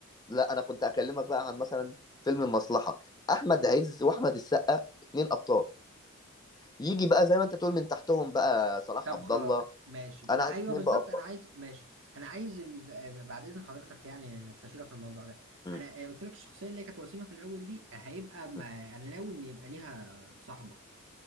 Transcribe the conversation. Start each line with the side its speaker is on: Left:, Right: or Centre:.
Left: لا انا كنت اكلمك بقى عن مثلا فيلم المصلحه احمد عز واحمد السقا اتنين ابطال يجي بقى زي ما انت بتقول من تحتهم بقى صلاح
Right: طب
Left: عبد
Right: خلاص
Left: الله
Right: ماشي ما
Left: انا عايز
Right: ايوه
Left: اتنين
Right: بالظبط
Left: بقى ابطال
Right: انا عايز ماشي انا عايز ال... آه، بعد اذن حضرتك يعني نستشيرك في الموضوع ده
Left: م-
Right: انا آه، قلت لك الشخصيه اللي هي كانت وسيمه في الاول دي آه، هيبقى ما...
Left: م.
Right: انا ناوي ان يبقى ليها صاحبه